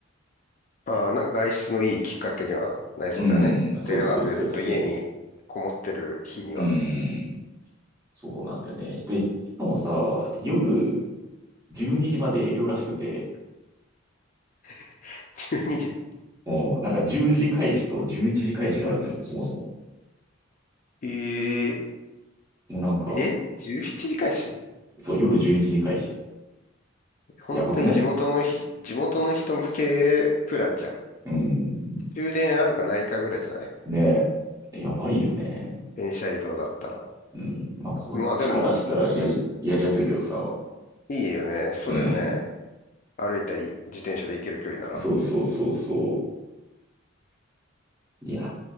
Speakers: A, on the left (about 40°); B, on the right (about 15°).
A: ああー、なんか外出のいいきっかけにはなりそうだよね。
B: うん、そうそうそうそ
A: テレワークでずっと家にこもってる日には。
B: う。うん、そうなんだよね。で、しかもさ、夜12時まで営業らしくて、
A: <laughs> 12時
B: もうなんか10時開始と11時開始があるのよ、そもそも。
A: ええ
B: もうなんか、
A: え ?11 時開始
B: そう、夜11時開始。
A: 本当に地元のひ、
B: やばくない
A: 地元の人向けプランじゃん。
B: うん。
A: 終電あるかないかぐらいじゃない
B: ねえ、やばいよね。
A: 電車移動だったら。
B: うん。まあ、こっちからしたらやり、
A: まあでも、い、
B: やりやすいけどさ。
A: いいよね。そうだよね。
B: うん。
A: 歩いたり、自転車で行ける距離なら。
B: そうそうそうそう。いや